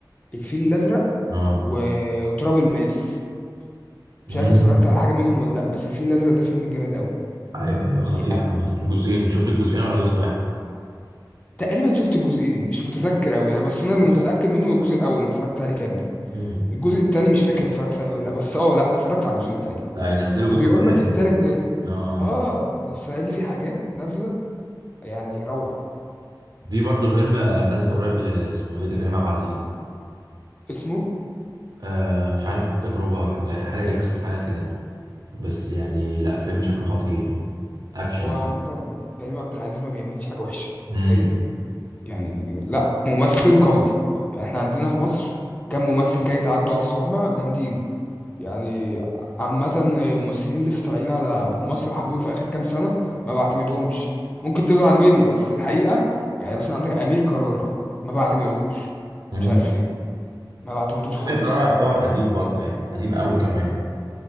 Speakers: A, on the left; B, on the right.
A: الفيل الازرق
B: اه
A: و... وتراب الماس مش
B: امم
A: عارف اتفرجت على حاجه منهم ولا لا بس الفيل الازرق ده فيلم جامد قوي
B: ايوه ايوه خطير
A: يعني
B: عامة جزئين شفت الجزئين ولا جزء واحد
A: تقريبا شفت الجزئين مش متذكر قوي يعني بس انا اللي متاكد منه الجزء الاول اللي اتفرجت عليه كامل
B: امم
A: الجزء التاني مش فاكر اتفرجت عليه ولا لا بس اه لا اتفرجت على الجزئين تقريبا
B: ده هينزلوا
A: وبيقول
B: جزء تالت
A: لك التالت
B: كمان
A: نازل
B: اه
A: اه
B: اه
A: ده السنه دي في حاجات نازله يعني روعه
B: في برضه فيلم آه، نازل قريب ل- اسمه ايه ده كريم عبد العزيز
A: اسمه
B: آه مش عارف تجربة حاجة حاجة اكس حاجة كده بس يعني لا فيلم شكله خطير يعني اكشن
A: هو
B: كده
A: عامه كريم عبد العزيز ما بيعملش حاجه وحشه حرفيا
B: امم
A: يعني لا ممثل قوي يعني احنا عندنا في مصر كم ممثل كده يتعدوا على الصوابع جامدين يعني عامة الممثلين اللي لسه طالعين على المسرح دول في آخر كام سنة ما بعتمدهمش ممكن تزعل مني بس الحقيقة يعني مثلا عندك أمير كرارة ما بعتمدهوش
B: امم
A: مش عارف ليه ما بعتمدهوش خالص
B: امير كرارة يعتبر قديم برضه يعني قديم قوي كمان